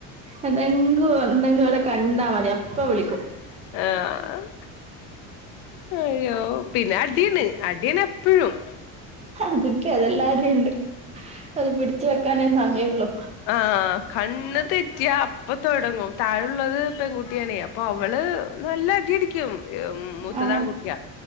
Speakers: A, on the right; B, on the left.
A: എന്തെങ്കും എന്തെങ്കും ഇവിടെ കണ്ടാ മതി അപ്പ വിളിക്കും
B: ആഹ് അയ്യോ പിന്നെ അടിയണ് അടിയാണ് എപ്പോഴും
A: അതൊക്കെ അതെല്ലാറ്റിൽ ഇണ്ട് അത് പിടിച്ച് വെക്കാനേ സമയള്ളു
B: ആഹ് കണ്ണ് തെറ്റിയാ അപ്പ തുടങ്ങും താഴ ഉള്ളത് പെൺകുട്ടിയാണേ അപ്പൊ അവള് അവള് നല്ല അടി അടിക്കും മൂത്തത്
A: ആഹ്
B: ആൺ കുട്ടിയാ